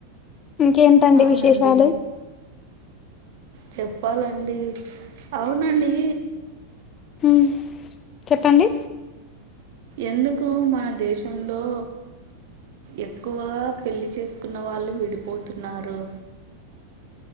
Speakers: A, on the left (about 25°); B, on the right (about 50°).
A: ఇంకేంటండి
B: అవునండి
A: విశేషాలు
B: చెప్పాలండి అవునండి
A: ఉ చెప్పండి
B: ఎందుకు మన దేశంలో ఎక్కువగా పెళ్లి చేసుకున్న వాళ్ళు విడిపోతున్నారు.